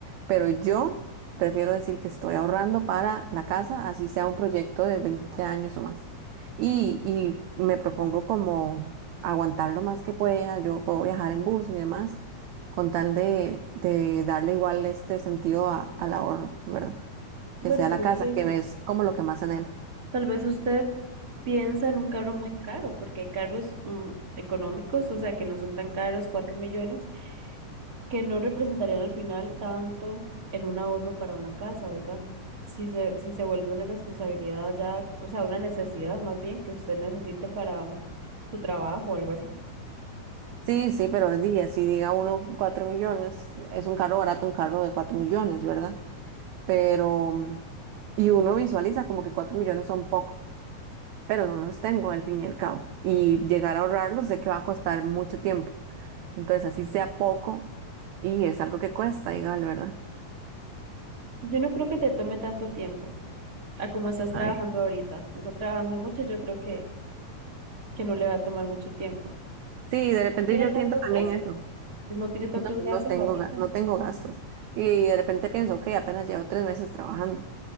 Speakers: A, on the right; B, on the right.
A: Pero yo prefiero decir que estoy ahorrando para la casa, así sea un proyecto de 20 años o más. Y, y me propongo como aguantar lo más que pueda. Yo puedo viajar en bus y demás, con tal de, de darle igual este sentido a- al ahorro, ¿verdad?
B: Bueno,
A: Que sea
B: pero
A: la casa,
B: es que
A: que es como lo que más en
B: tal vez usted piensa en un carro muy caro porque hay carros mm, económicos, o sea, que no son tan caros, 4 millones, que no representarían al final tanto en un ahorro para una casa, digamos. Si se, si se vuelve una responsabilidad ya, o sea, una necesidad más bien que usted necesite para su trabajo o algo así.
A: Sí, sí, pero es día, si diga uno cuatro millones, es un carro barato, un carro de cuatro millones, ¿verdad? Pero, mm, y uno visualiza como que cuatro millones son poco, pero no los tengo al fin y al cabo. Y llegar a ahorrarlos sé que va a costar mucho tiempo. Entonces, así sea poco, y es algo que cuesta, igual, ¿verdad?
B: Yo no creo que te tome tanto tiempo a como estás trabajando
A: Ay.
B: ahorita. Estás trabajando mucho, yo creo que, que no le va a tomar mucho tiempo.
A: Sí, de repente
B: No tiene
A: yo
B: tantos
A: siento también
B: gastos.
A: eso.
B: Pues no tiene tantos
A: No,
B: gastos
A: no tengo,
B: ahorita.
A: ga- no tengo gastos. Y de repente pienso, ok, apenas llevo tres meses trabajando.